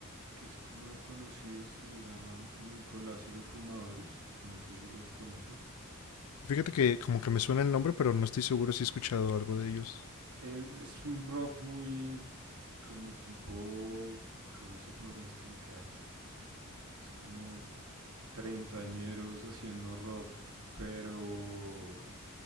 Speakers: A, on the right; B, on the left.
A: que es como de conocidos que se llaman Nicolás y los Fumadores. No sé si los conoces.
B: Fíjate que como que me suena el nombre, pero no estoy seguro si he escuchado algo de ellos.
A: Eh, Es un rock muy como tipo, ¿cómo se podría explicar? Es como treintañeros haciendo rock, pero